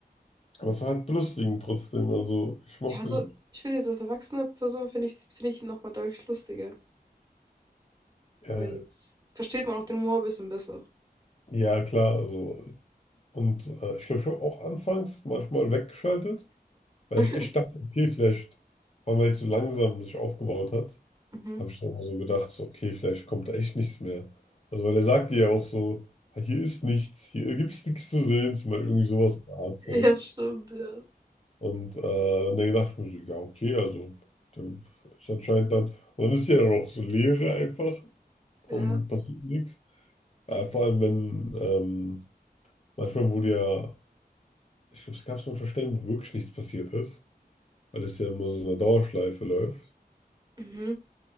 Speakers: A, on the left; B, on the right.
A: Aber es war halt belustigend trotzdem. Also ich mochte
B: Ja, also
A: ihn,
B: ich finde jetzt als erwachsene Person finde ich, finde ich ihn nochmal deutlich lustiger.
A: äh,
B: Weil jetzt versteht man auch den Humor ein bisschen besser.
A: ja klar, also und äh, ich glaube, ich habe auch anfangs manchmal weggeschaltet, weil
B: <laughs>
A: ich echt dachte, okay, vielleicht waren wir jetzt so langsam sich aufgebaut hat.
B: Mhm.
A: Habe ich dann immer so gedacht, so, okay, vielleicht kommt da echt nichts mehr. Also weil er sagt dir ja auch so, ah, hier ist nichts, hier gibt es nichts zu sehen, zum Beispiel irgendwie sowas in der Art. So.
B: Ja, stimmt, ja.
A: Und äh, dann gedacht, ich mir so, ja, okay, also dann ist anscheinend dann, und dann ist ja dann auch so Leere einfach und
B: Ja.
A: passiert nichts. Äh, vor allem, wenn ähm, manchmal wurde ja, ich glaube, es gab so manchmal Stellen, wo wirklich nichts passiert ist, weil es ja immer so eine Dauerschleife läuft.
B: Mhm.